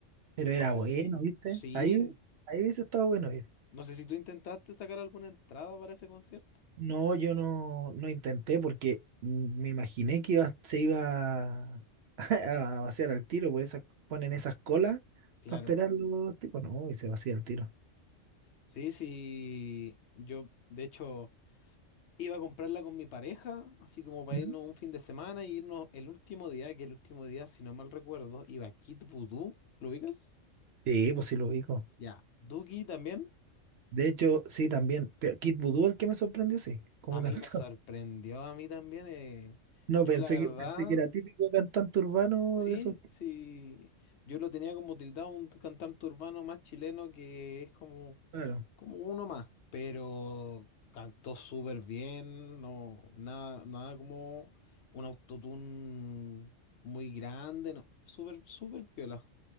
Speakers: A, on the right (about 65°); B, on the left (about 65°).
A: Pero era
B: No sé
A: bueno,
B: si,
A: ¿viste?
B: sí,
A: Ahí, ahí hubiese estado bueno ir.
B: no sé si tú intentaste sacar alguna entrada para ese concierto.
A: No, yo no, no intenté porque me imaginé que iba, se iba <laughs> a vaciar al tiro, por esas ponen esas colas
B: Claro.
A: para esperar los tipos. No, y se vacía el tiro.
B: Sí, sí, yo, de hecho... Iba a comprarla con mi pareja, así como para
A: ¿Mm?
B: irnos un fin de semana y irnos el último día, que el último día, si no mal recuerdo, iba a Kid Voodoo, ¿lo ubicas?
A: Sí, pues sí lo ubico.
B: Ya, Duki también.
A: De hecho, sí, también. Pero Kid Voodoo, el que me sorprendió, sí, cómo
B: A mí
A: cantaba.
B: me sorprendió,
A: <laughs>
B: a mí también. eh,
A: No,
B: Yo
A: pensé
B: la verdad,
A: que, pensé que era típico cantante urbano
B: Sí,
A: de esos. que-
B: sí. Yo lo tenía como tildado un cantante urbano más chileno que es como,
A: Claro.
B: como uno más, pero cantó súper bien, no, nada, nada como un autotune muy grande, no, súper, súper piola.